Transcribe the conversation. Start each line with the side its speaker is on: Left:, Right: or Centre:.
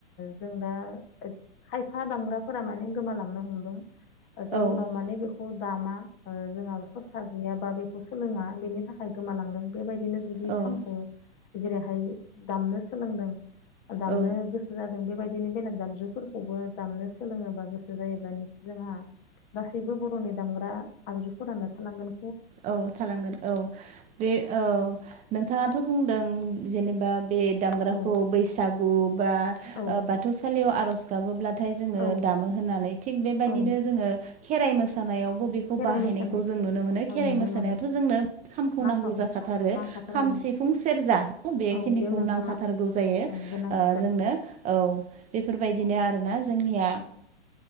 Left: जों दा खायफा दामग्राफोरा माने गोमालांनो हमदों जाउनाव
Right: औ
Left: माने बे खौ दामा जोंहा सरसा गैया बा बेखौ सोलोङा बेनि थाखाय गोमालांदों बेबायदिनो जुदि
Right: औ
Left: खामखौ जेरैहाय दामनो सोलोंदों दामनो
Right: औ
Left: गोस सो जादों बेबायदिनो बेलेग दामजुफोरखौबो दामनो सोलोङोबा गोसो जायोब्लानि जोंहा गासैबो बर'नि दामग्रा आगजुफोरानो थालांगोन
Right: औ थालांगोन औ बे औ नोंथाङाथ' बुंदों जेनेबा बे दामग्राखौ
Left: औ
Right: बैसागु बा
Left: औ
Right: बाथौसालियाव आर'ज गाबोब्लाथाय जोङो
Left: औ
Right: दामो होननानै थिग बेबायदिनो
Left: ओं
Right: जोङो खेराइ मोसानायावबो बेखौ
Left: खेराइ
Right: बाहायनायखौ
Left: मोसानाय
Right: जों नुनो मोनो
Left: औ
Right: खे खेराइ
Left: नुनो
Right: मोसानायाथ'
Left: मोनो
Right: जोंनो खामखौ
Left: नांखागौ
Right: नांगौ जाखाथारो
Left: नांखाथारगौ
Right: खाम सिफुं सेरजा बेखिनिखौ
Left: औ बे मोनथामा
Right: नांखाथारगौ जायो
Left: ओं गोनांथिथार
Right: जोंनो औ बे बेफोरबायदिनो
Left: औ
Right: आरोना जोंनिया
Left: औ